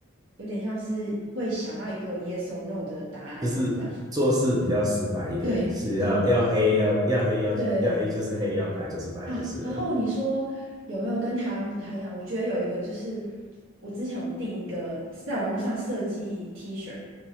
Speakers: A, on the right; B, on the right.
A: 有点像是会想要一个 yes or no 的答案这样。
B: 就是做事比较死板一点，
A: <laughs> 对对
B: 是要要黑要要黑要要黑就是黑，
A: 对对。
B: 要白就是白就是了。
A: 啊，然后你说有没有跟台湾不太一样？我觉得有一个就是我之前有订一个是在网络上设计 T 恤，